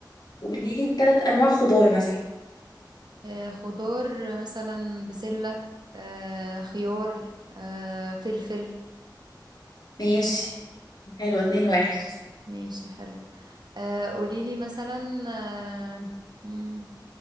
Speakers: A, on the left; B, on the right.
A: وقولي لي ثلاث انواع خضار مثلا
B: آه خضار مثلا بسلة آه خيار آه فلفل
A: ماشي حلو اتنين
B: مش
A: واحد
B: ماشي حلو آه، قوليلي مثلا آه، مم،